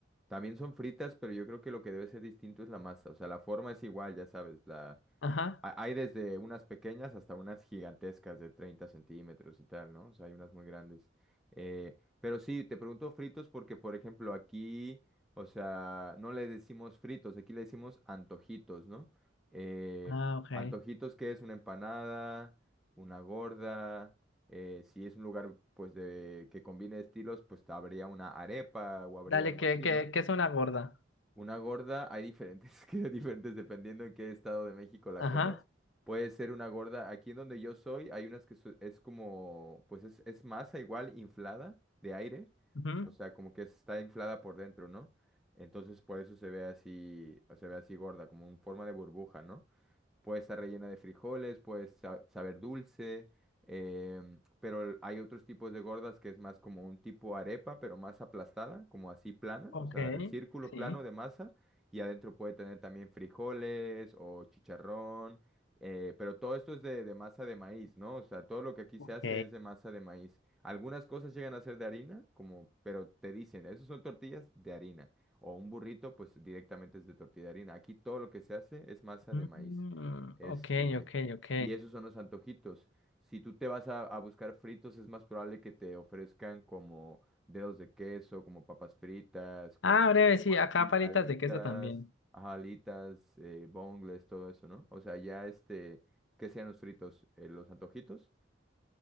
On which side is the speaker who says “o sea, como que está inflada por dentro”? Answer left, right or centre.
Centre